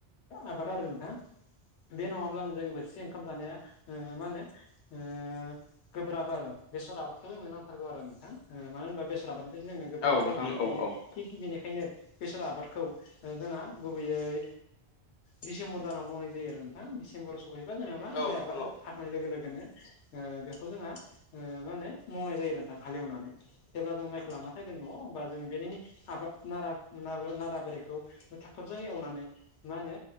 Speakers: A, on the left (about 90°); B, on the left (about 65°).
A: आबादा आरो नोंथां बे नङाब्ला नों जांबोथिसे ओंखाम जानाया ओ मा होनो ओ गोब्राब आरो बेसर आबा ' जोंनो नांथारौ आरो नोंथां मानो होनबा बेसर आबादनिफ्राय जोङो गोबां
B: औ
A: थाव
B: नोंथां
A: मोननाय
B: औ
A: जायो
B: औ। औ
A: थिग बेनिखायनो बेसर आबादखौ जोंहा गुबैयै डिसेम्बर दानाव मावनाय जायो आरो नोंथां दिडिसेम्बर सफैबा जोंहा मा माइ
B: नोंथां
A: आबाद
B: औ।
A: हाखनाय लोगो लोगोनो बेखौ जोंहा मा होनो मावनाय जायो नोंथां हालेवनानै जेब्ला जों माइखौ लाना फैगोन नङ होनोमबा जों बेनिनो आबाद नारा नाराबारिखौ ट्रेक्टर जों एवनानै मा होनो